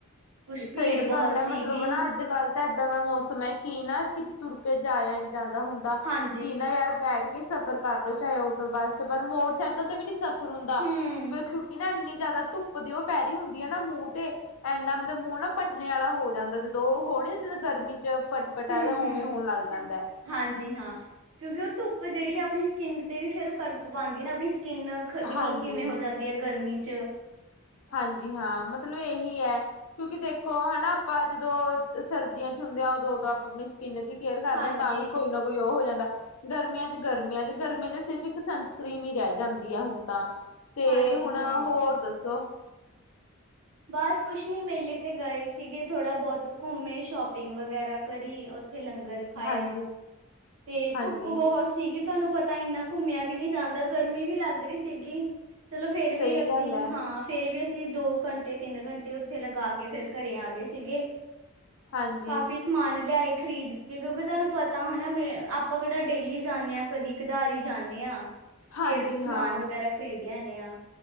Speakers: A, on the right; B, on the left.
A: ਕੁਛ
B: ਸਹੀ
A: ਭੀੜ ਬਹੁਤ
B: ਗੱਲ ਹੈ ਮਤਲਬ
A: ਸੀਗੀ
B: ਨਾ ਅੱਜ ਕੱਲ ਇਦਾਂ ਦਾ ਮੌਸਮ ਹੈ ਕੀ ਨਾ ਕਿਤੇ ਤੁਰ ਕੇ ਜਾਇ ਜਾਂਦਾ ਹੁੰਦਾ
A: ਹਾਂਜੀ
B: ਕਿ ਨਾ ਯਾਰ ਬੈਠ ਕੇ ਕਿ ਸਫ਼ਰ ਕਰ ਲੋ ਚਾਹੇ ਟੋ ਬੱਸ ਪਰ ਸਫ਼ਰ ਸਫ਼ਰ ਮੋਟਰਸਾਈਕਲ ਤੇ ਵੀ ਨੀ ਸਫ਼ਰ ਹੁੰਦਾ
A: ਹੂੰ
B: ਕਿਉਂਕਿ ਨਾ ਇੰਨੀ ਜ਼ਿਆਦਾ ਧੁੱਪ ਦੀ ਉਹ ਪੈ ਰਹੀ ਹੁੰਦੀ ਆ ਨਾ ਮੂੰਹ ਤੇ ਇੰਨਾ ਮੂੰਹ ਨਾ ਪਟਣੇੇ ਵਾਲਾ ਹੋ ਜਾਂਦਾ ਜਦੋਂ ਉਹ ਹੋਣੀ ਗਰਮੀ ਚ ਪਟਪਟ
A: ਹੂੰ
B: ਆ ਜਾਂ
A: ਹੂੰ
B: ਉਵੇਂ ਹੋਣ ਲੱਗ ਜਾਂਦਾ ਹੈ
A: ਹਾਂਜੀ ਹਾਂ। ਕਿਉਂਕਿ ਉਹ ਧੁੱਪ ਜਿਹੜੀ ਆਪਣੀ ਸਕਿੰਨ ਤੇ ਵੀ ਫਿਰ ਫਰਕ ਪਾਉਂਦੀ ਨੇ ਆਪਣੀ ਕਿੰਨ ਦੇਖਲੋ
B: ਹਾਂਜੀ
A: ਕਿਵੇਂ ਹੋ ਜਾਂਦੀ ਹੈ ਗਰਮੀ ਚ
B: ਹਾਂਜੀ ਹਾਂ ਮਤਲਬ ਇਹੀ ਹੈ ਕਿਉਂਕਿ ਦੇਖੋ ਹਨਾ ਆਪਾਂ ਜਦੋਂ ਸਰਦੀਆਂ ਚ ਹੁੰਦੇ ਹਾਂ ਉਦੋਂ ਉਦੋਂ ਆਪਾਂ ਆਪਣੀ ਕਿੰਨੇ ਦੀ ਕੇਅਰ ਕਰਦੇ
A: ਹਾਂਜੀ,
B: ਆ, ਤਾਂ ਵੀ ਕੋਈ ਨਾ ਕੋਈ ਉਹ ਹੋ ਜਾਂਦਾ ਗਰਮੀਆਂ ਚ ਗਰਮੀਆਂ ਚ ਗਰਮੀਆਂ ਚ ਸਿਰਫ ਇੱਕ ਸਨਸਕ੍ਰੀਮ ਹੀ ਰਹਿ ਜਾਂਦੀ ਹੈ ਹੁਣ ਤਾਂ ਤੇ
A: ਹਾਂਜੀ
B: ਹੁਣ
A: ਹਾਂ।
B: ਹੋਰ ਦੱਸੋ
A: ਬਸ ਕੁਛ ਨੀ ਮੇਲੇ ਤੇ ਗਏ ਸੀਗੇ ਥੋੜਾ ਬਹੁਤ ਘੁੰਮੇ ਸ਼ੋਪਿੰਗ ਵਗੈਰਾ ਕਰੀ ਥੇ ਲੰਗਰ ਖਾਇਆ
B: ਹਾਂਜੀ
A: ਤੇ
B: ਹਾਂਜੀ
A: ਧੁੱਪ ਬਹੁਤ ਸੀਗੀ ਤੁਹਾਨੂੰ ਪਤਾ ਇੰਨਾ ਘੁੰਮਿਆ ਵੀ ਨਹੀਂ ਜਾਂਦਾ ਗਰਮੀ ਵੀ ਲੱਗ ਰਹੀ ਸੀਗੀ ਚਲੋ ਫੇਰ
B: ਸਹੀ
A: ਵੀ ਅਸੀਂ
B: ਗੱਲ ਹੈ
A: ਹਾਂ ਫੇਰ ਵੀ ਅ ਦੋ ਘੰਟੇ ਤਿੰਨ ਘੰਟੇ ਉੱਥੇ ਲਗਾ ਕੇ ਫਿਰ ਘਰੇ ਆ ਗਏ ਸੀਗੇ
B: ਹਾਂਜੀ
A: ਕਾਫੀ ਸਮਾਨ ਲਿਆਏ। ਖਰੀਦ ਕੇ ਕਿਉਂਕਿ ਤੁਹਾਨੂੰ ਪਤਾ ਹਨਾ ਮੈਂ ਆਪਾਂ ਕਿਹੜਾ ਡੇਲੀ ਜਾਂਦਣੇ ਹਾਂ ਕਦੀ ਖਧਾਰੀ ਜਾਂਣੇ ਆ।
B: ਹਾਂਜੀ
A: ਫੇਰ ਸਮਾਨ
B: ਹਾਂ
A: ਵਗੈਰਾ ਖਰੀਦ ਲਿਆਣੇ ਹਾਂ।